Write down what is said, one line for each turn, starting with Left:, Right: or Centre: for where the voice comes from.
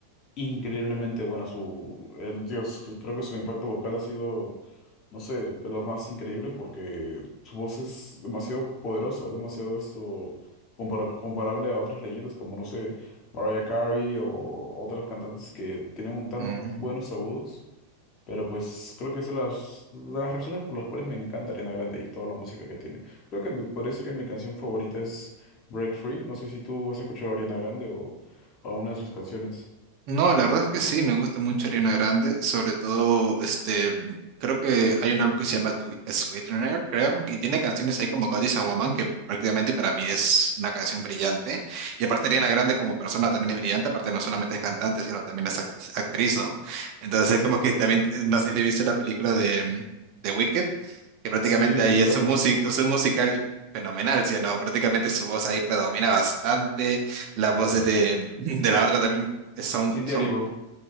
Left: increíblemente buena su el Dios, que creo que su impacto vocal ha sido, no sé, de los más increíbles porque su voz es demasiado poderosa, es demasiado esto compara- comparable a otras leyendas como no sé, Mariah Carey o otras cantantes que tienen un tan
Right: mm.
Left: buenos agudos, pero pues creo que es de las, de las razones por las cuales me encanta Ariana Grande y toda la música que tiene. Creo que me- podría decir que mi canción favorita es Break Free, no sé si tú has escuchado a Ariana Grande o o alguna de sus canciones.
Right: No, la verdad es que sí, me gusta mucho Ariana Grande, sobre todo, este, creo que hay un álbum que se llama Twi- Sweetener, creo, y tiene canciones ahí como God is a Woman, que prácticamente para mí es una canción brillante, y aparte Ariana Grande como persona también es brillante, aparte no solamente es cantante, sino también es act- actriz, ¿no? Entonces es como que también, eh, no sé si viste la película de, mm, de Wicked, que prácticamente
Left: Sí,
Right: ahí
Left: claro,
Right: es un, musi- es un musical fenomenal, ¿sí o no? Prácticamente su voz ahí predomina bastante, las voces
Left: claro.
Right: de, <laughs> de la otra también son,
Left: Cintia
Right: son
Left: Erivo.